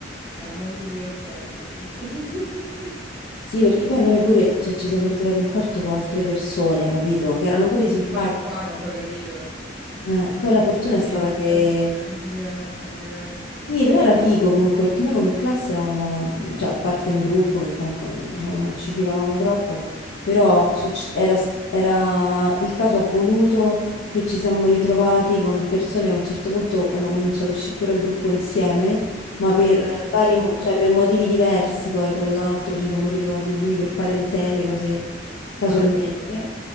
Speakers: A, in the centre; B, on the left.
A: Era molto divertente, effettivamente.
B: Sì, perché poi noi pure, cioè, ci siamo ritrovati in quarto con altre persone, capito? Che erano pure
A: <laughs>
B: simpatici
A: E poi in quarto,
B: poi.
A: capito?
B: Eh, poi la fortuna è
A: Che
B: stata
A: entra
B: che
A: gente completamente diversa, magari.
B: Sì, però era figo comunque perché noi come classe eravamo, mm, cioè a parte un gruppo che comunque non- diciamo non ci filavamo troppo, però succe- era, s- era- il caso ha voluto che ci siamo ritrovati con persone che a un certo punto hanno cominciato a uscire pure al gruppo insieme, ma
A: Dai,
B: per
A: che bello
B: vari,
A: così,
B: mo-
A: però.
B: cioè per motivi diversi poi tra l'altro ci siamo ritrovati lì per parentele, cose
A: Dai,
B: casualmente.
A: figo.